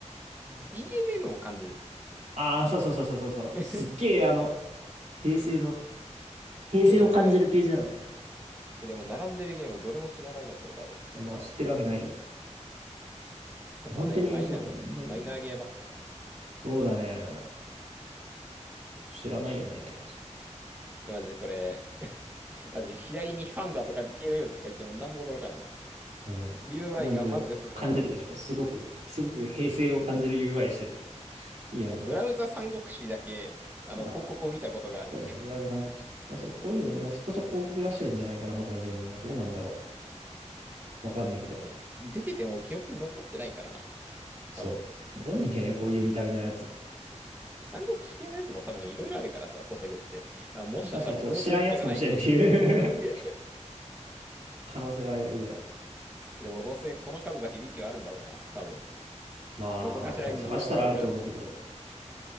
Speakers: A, on the right (about 15°); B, on the right (about 75°).
A: DMM を感じる。
B: ああ、そうそうそうそうそうそう。
A: <laughs>
B: すっげえ、あの、平成の、平成を感じるページなんだよ。
A: え、でもこれ、え、でも並んでるゲームどれも知らないな、これ多分。
B: まあ、知ってるわけない。
A: やっぱね、
B: 本当に、
A: マイナー、
B: そう、あんまり、
A: マイナーゲーばっかな。
B: そうだね。知らないよねって感じ。
A: え、マジでこれ、マジで左にファンザとか DMM って書いても何も驚かないな。
B: あの、
A: UI
B: まず、
A: がマジでそれなんだもん。
B: 感じるでしょ。すごく、すごく平成を感じる UI してるでしょ。いいよね、
A: あ、ブラウザ三国志だけ、
B: これ。
A: あの、
B: あ、
A: 広告を見たことがある。
B: そうだね。ブラウザ三国志。まあ、そう、こういうの、まあ、そこそこ広告出してるんじゃないかな、他のゲームは。どうなんだろう。わかんないけど。
A: でも、出てても記憶に残ってないからな。
B: そう。
A: 多分。
B: わかんないんだよね、こういう見た目のやつ。
A: 三国志系のやつも多分いろいろあるからさ、ソシャゲって。あ、もしかしたらこれの広告じゃないかもしれない。
B: もしかしたら、そう、知らんやつかもしれんっていう <laughs> 可能性は余裕である。
A: <laughs> でもどうせこの数だけウィキはあるんだろうな。多分。
B: まあ、
A: どこかしらに需要はあるから。
B: 多分探したらあると思うけど、